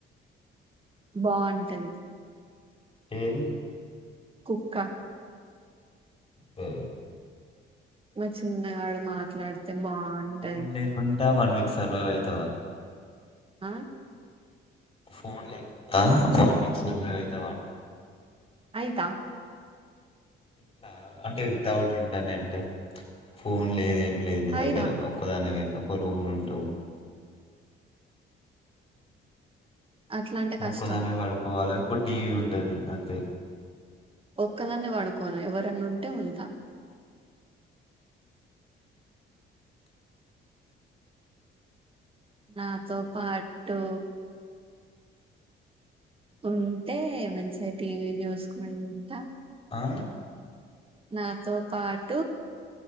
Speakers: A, on the right; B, on the left.
A: బాగుంటడి అంటది
B: ఏది
A: కుక్క
B: అ
A: మ చిన్నగాళ్ళు మాట్లాడుత బాగు అంటయి
B: ఫోన్ లేకుంటా వన్ వక్ సర్వైవ్ అయి అ
A: ఆ
B: ఫోన్ లేకుండా ఫోన్ మిక్స్ అవుతావా అంటా
A: ఆయతా
B: ఇట్లా అంటే వితౌట్ ఇంటర్నెట్ ఫోన్ లేదేం లేదు
A: అయితా
B: దగ్గర ఒక్కదానివి ఒక రూమ్లు ఉంటావు
A: అట్లా అంటే కష్టం
B: ఇక్కదాని పడుకోవాలి ఒక టీవ ఉంటా ఉంటది అంతే
A: ఒక్కదాన్న వాడుకోను ఎవరన్నా ఉంటే ఉదా నాతో పాటు ఉంటే మంచిగా టీవీ చూసుకుని ఉంట
B: ఆ
A: నాతో పాటు